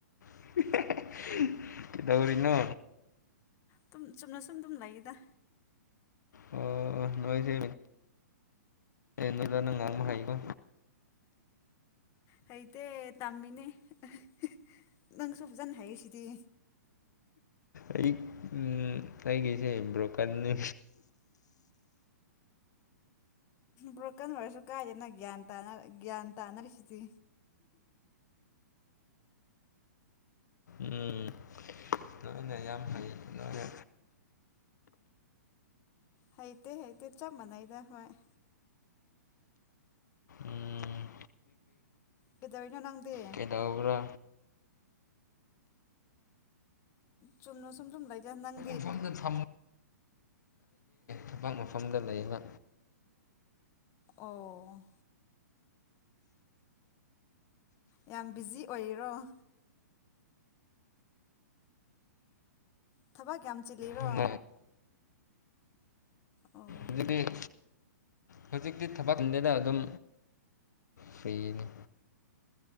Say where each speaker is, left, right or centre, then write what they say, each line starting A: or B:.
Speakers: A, on the left; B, on the left.
A: <unintelligible> ꯀꯩꯗꯧꯔꯤꯅꯣ
B: ꯇꯨꯝ ꯆꯨꯝꯅ ꯁꯨꯝ ꯗꯨꯝ ꯂꯩꯌꯦꯗ
A: ꯑꯣ ꯑꫭ ꯅꯣꯏꯁꯦ ꯃꯇ <unintelligible> ꯉꯥꯡꯕ ꯍꯥꯏꯀꯣ
B: ꯍꯩꯇꯦ ꯇꯃꯤꯅꯦ <unintelligible> ꯅꯪꯁꯨ ꯐꯖꯅ ꯍꯩꯁꯤꯗꯤ
A: ꯑꯩ ꯎꯝ ꯑꯩꯒꯤꯁꯦ ꯕ꯭ꯔꯣꯀꯟꯅꯤ
B: ꯕ꯭ꯔꫭꯀꯟ ꯑꯣꯏꯔꯁꯨ ꯀꯥꯏꯗꯦꯅ ꯒ꯭ꯌꯥꯟ ꯇꯥꯅꯔ ꯒ꯭ꯌꯥꯟ ꯇꯥꯅꯔꯤꯁꯤꯗꯤ
A: ꯎꯝ ꯅꯣꯏꯅ ꯌꯥꯝ ꯍꯩ ꯅꯣꯏꯅ
B: ꯍꯩꯇꯦ ꯍꯩꯇꯦ ꯆꯥꯞ ꯃꯅꯩꯗ ꯑꯈꫭꯏ
A: ꯎꯝ
B: ꯀꯩꯗꯧꯔꯤꯅꫭ ꯅꯪꯗꯤ
A: ꯀꯩꯗꯧꯕꯔꯥ
B: ꯆꯨꯝꯅꯣ ꯁꯨꯝ ꯆꯨꯝ ꯂꯩꯗ ꯅꯪ
A: ꯁꫭꯝꯗ ꯊꯝꯃꯨ ꯊꯕꯛ ꯃꯐꯝꯗ ꯂꯩꯕ
B: ꯑꯣ ꯌꯥꯝ ꯕꯤꯖꯤ ꯑꯣꯏꯔꯤꯔꫭ ꯊꯕꯛ ꯌꯥꯝ ꯆꯤꯜꯂꯤꯔꯣ
A: ꯎꯝ
B: ꯑꯣ
A: ꯍꯧꯖꯤꯛꯇꯤ ꯍꯧꯖꯤꯛꯇꯤ ꯊꯕꯛ ꯆꯤꯟꯗꯦꯗ ꯑꯗꯨꯝ ꯐ꯭ꯔꯤꯅꯤ